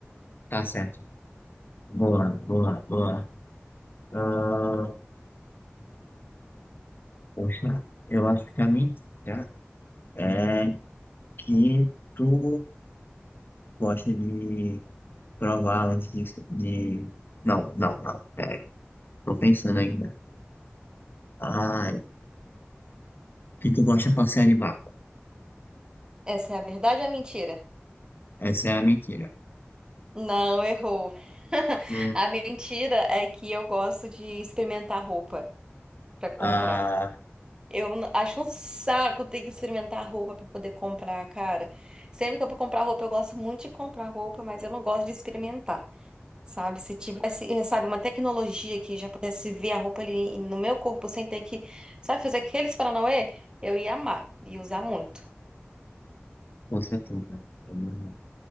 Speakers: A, on the left; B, on the right.
A: Tá certo. Boa, boa, boa. Ah, poxa, eu acho que a minha dica é que tu gosta de provar antes de, de... Não, não, não. Pera, tô pensando ainda. Ah, que tu gosta de passear de barco.
B: Essa é a verdade ou a mentira?
A: Essa é a mentira.
B: Não, errou. <laughs>
A: Hum,
B: A mentira é que eu gosto de experimentar roupa para comprar.
A: ah,
B: Eu n- acho um saco ter que experimentar roupa para poder comprar, cara. Sempre que eu vou comprar roupa, eu gosto muito de comprar roupa, mas eu não gosto de experimentar, sabe? Se tivesse, eh, sabe, uma tecnologia que já pudesse ver a roupa ali no meu corpo sem ter que, sabe, fazer aqueles paranauê, eu ia amar e usar muito.
A: Com certeza. Vamos lá.